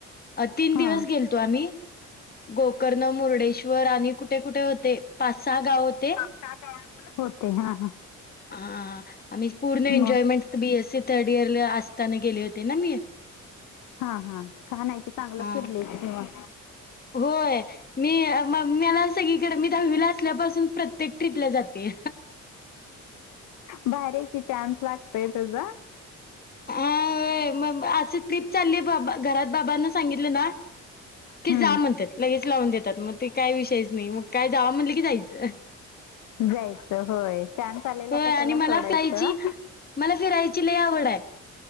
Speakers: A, on the left; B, on the left.
A: तीन
B: हा
A: दिवस गेले. तो आम्ही गोकर्ण मुर्डेश्वर आणि कुठ. कुठे कुठे ते पाच सहा गाव होते.
B: सात वाजता वर. होते हा हां,
A: हा हा, आम्ही पूर्ण एन्जॉयमेंट.
B: मग
A: बीएससी थड इयर ला असताना गेले होते ना मी.
B: हा हा, छान आहे क चांगलं
A: हां.
B: फिरलेच किव्हा.
A: होय. मी मग मला सगळीकडे मी दहावीला असल्यापासून प्रत्येक ट्रीपला जाते.
B: भारी कि चान्स लागतोय तुझा.
A: अ होय मग आस ट्रिप चाललीय बा घरात बाबांना सांगितलं ना. की
B: हम्म
A: जा म्हणतात लगेच लावून देतात मग ते काय विषयच नाही मग काय जाव म्हणले की जायचं.
B: जायचं होय छानस आलेला
A: होय
B: कशाला
A: आणि मला
B: सोडायचं.
A: फिरायची मला फिरायची लय आवड आहे.